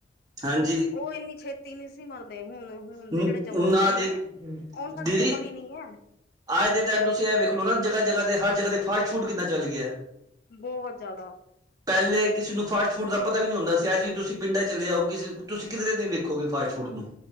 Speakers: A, on the right; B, on the left.
A: ਹਾਂਜੀ
B: ਉਹ ਇੰਨੀ ਛੇਤੀ। ਨੀ ਸੀ ਮਰਦੇ ਹੁਣ। ਹੁਣ ਦੇ
A: ਹੂੰ
B: ਜਿਹੜੇ ਜਵਾਨ
A: ਨਾ ਦੀ,
B: ਨੇ
A: ਦੀਦੀ।
B: ਉਹਨਾਂ ਦੀ ਤੇ ਉਮਰ ਹੀ ਨੀ ਹੈ
A: ਅੱਜ ਦੇ ਟਾਈਮ ਤੁਸੀਂ ਵੇਖ ਲੋ ਨਾ ਜਗ੍ਹਾ, ਜਗ੍ਹਾ ਤੇ ਹਰ ਜਗ੍ਹਾ ਤੇ ਫਾਸਟ ਫੂਡ ਕਿਦਾਂ ਚੱਲ ਗਿਆ।
B: ਬੋਹਤ ਜ਼ਾਦਾ।
A: ਪਹਿਲੇ ਕਿਸੇ ਨੂੰ ਫਾਸਟ ਫੂਡ ਦਾ ਪਤਾ ਵੀ ਨੀ ਹੁੰਦਾ ਸੀ ਅੱਜ ਵੀ ਤੁਸੀਂ ਪਿੰਡਾਂ ਚਲੇ ਆਓ ਕਿਸੇ। ਤੁਸੀਂ ਕਿਧਰੇ ਨੀ ਵੇਖੋਗੇ ਫਾਸਟ ਫੂਡ ਨੂੰ।